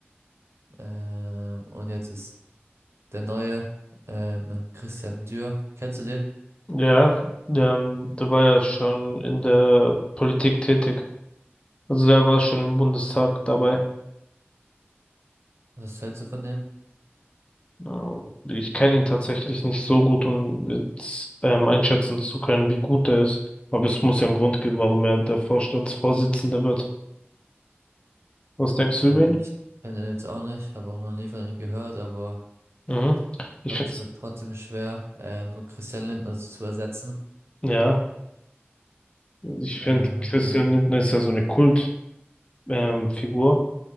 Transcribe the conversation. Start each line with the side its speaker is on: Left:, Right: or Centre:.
Right: Ähm, und jetzt ist der neue ähm, Christian Dior. Kennst du den?
Left: ja, ähm, da war ja schon in der Politik tätig. Also der war schon im Bundestag dabei.
Right: Was hältst du von dem?
Left: Äh, Ich kenne ihn tatsächlich nicht so gut, um jetzt ähm, einschätzen zu können, wie gut er ist. Aber es muss ja einen Grund geben, warum er der Vorstandsvorsitzende wird. Was denkst du
Right: Ja,
Left: über ihn?
Right: ich kenne den jetzt auch nicht, habe auch noch nie von ihm gehört, aber
Left: Mhm. Ich
Right: ich glaube,
Left: finde,
Right: es wird trotzdem schwer, ähm, Christian Lindner zu ersetzen.
Left: ja, ich finde,
Right: Ähm,
Left: Christian
Right: ja.
Left: Lindner ist ja so eine Kult, ähm, Figur.